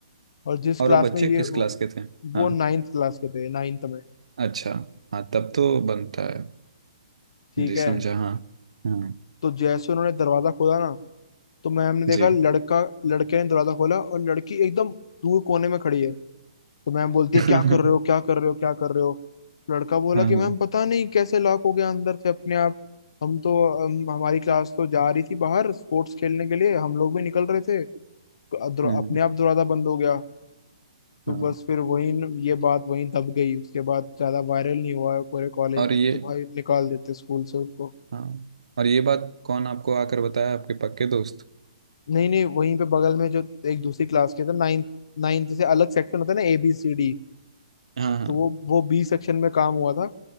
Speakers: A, on the left (about 55°); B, on the right (about 80°).
A: और जिस
B: और
A: क्लास
B: वो बच्चे
A: में ये
B: किस क्लास के थे
A: वो
B: हाँ
A: नाइन्थ क्लास के थे नाइन्थ में
B: अच्छा हाँ तब तो बनता है
A: ठीक
B: जी
A: है
B: समझा हाँ हाँ
A: तो जैसे उन्होंने दरवाजा खोला ना तो मैम ने देखा
B: जी
A: लड़का लड़के ने दरवाजा खोला और लड़की एकदम दूर कोने में खड़ी है तो मैम बोलती है
B: <laughs> हाँ
A: क्या कर रहे हो क्या कर रहे हो क्या कर रहे हो लड़का बोला
B: हाँ
A: कि मैम पता नहीं कैसे लॉक हो गया अंदर से अपने आप हम तो हम, हमारी क्लास तो जा रही थी बाहर स्पोर्ट्स खेलने के लिए हम लोग भी निकल रहे थे तो अ- दर-
B: हम्म
A: अपने आप दरवाजा बंद हो गया तो
B: हाँ
A: बस फिर वही न- ये बात वहीं दब गई उसके बाद ज्यादा वायरल नहीं हुआ है पूरे कॉलेज
B: और
A: में
B: ये
A: नहीं तो भाई निकाल देते स्कूल से उनको
B: हाँ और ये बात कौन आपको आकर बताया आपके पक्के दोस्त
A: नहीं नहीं वहीं पे बगल में जो एक दूसरी क्लास के थे नाइन्थ नाइन्थ से अलग सेक्शन होता है ना ए बी सी डी
B: हाँ हाँ
A: तो वो वो बी सेक्शन में काम हुआ था